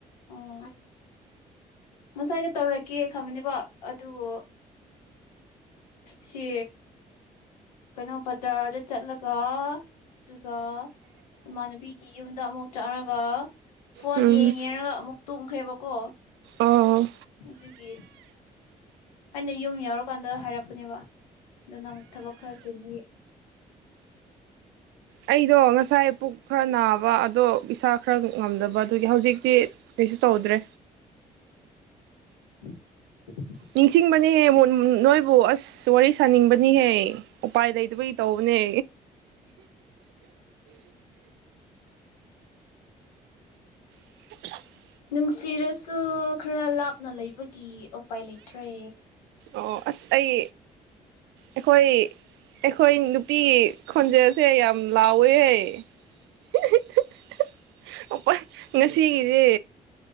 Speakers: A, on the left (about 80°); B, on the right (about 65°).
A: ꯑꯣ ꯉꯁꯥꯏꯗ ꯇꯧꯔꯒꯦ ꯈꯕꯅꯦꯕ ꯑꯗꯨ ꯎ ꯁꯤ ꯀꯩꯅꯣ ꯕꯖꯥꯔꯗ ꯆꯠꯂꯒ ꯑꯗꯨꯒ ꯏꯃꯥꯟꯅꯕꯤꯒꯤ ꯌꯨꯝꯗ ꯑꯃꯨꯛ ꯆꯠꯒ ꯐꯣꯟ
B: ꯎꯝ
A: ꯌꯦꯡꯉꯦꯔꯒ ꯑꯃꯨꯛ ꯇꯨꯝꯈ꯭ꯔꯦꯕ ꯑꯣꯣ
B: ꯑꯣ
A: ꯑꯗꯨꯗꯒꯤ ꯑꯩꯅ ꯌꯨꯝ ꯌꯥꯎꯔꯀꯥꯟꯗ ꯍꯥꯏꯔꯛꯄꯅꯦꯕ ꯑꯗꯨꯅ ꯑꯃꯨꯛ ꯊꯕꯛ ꯈꯔ ꯆꯤꯟꯕꯤ
B: ꯑꯩꯗꯣ ꯉꯁꯥꯏ ꯄꯨꯛ ꯈꯔ ꯅꯥꯕ ꯑꯗꯣ ꯄꯁꯥ ꯈꯔ ꯉꯝꯗꯕ ꯑꯗꯨꯒꯤ ꯍꯧꯖꯤꯛꯇꯤ ꯀꯩꯁꯨ ꯇꯧꯗ꯭ꯔꯦ
A: <inaudible>
B: ꯅꯤꯡꯁꯤꯡꯕꯅꯤꯍꯦ ꯅꯣꯏꯕꯨ ꯑꯁ ꯋꯥꯔꯤ ꯁꯥꯅꯤꯡꯕꯅꯤꯍꯦ ꯎꯄꯥꯏ ꯂꯩꯗꯕꯒꯤ ꯇꯧꯕꯅꯦ <inaudible>
A: ꯅꯨꯡꯁꯤꯔꯁꯨ ꯁꯨꯈꯔ ꯂꯛ ꯅ ꯂꯩꯕꯒꯤ ꯎꯄꯥꯏ ꯂꯩꯇ꯭ꯔꯦ
B: ꯑꯣ ꯑꯁ ꯑꯩ ꯑꯩꯈꯣꯏ ꯑꯩꯈꯣꯏ ꯅꯨꯄꯤꯒꯤ ꯈꯣꯟꯖꯦꯜꯁꯦ ꯌꯥꯝ ꯂꯥꯎ ꯕꯣꯌꯦ ꯁꯤꯒꯤꯗꯦ